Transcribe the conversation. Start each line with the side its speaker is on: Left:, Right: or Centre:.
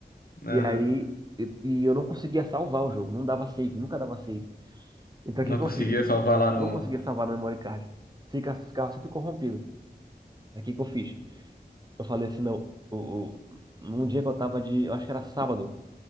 Left: Aham.
Right: E aí, e, e eu não conseguia salvar o jogo, não dava save, nunca dava save. Então,
Left: Não
Right: o que que
Left: conseguia
Right: eu fiz?
Left: salvar lá no.
Right: Não conseguia salvar no memory card. Fica, ficava sempre corrompido. Aí, o que que eu fiz? Eu falei assim, não, o, o, num dia que eu tava de, eu acho que era sábado,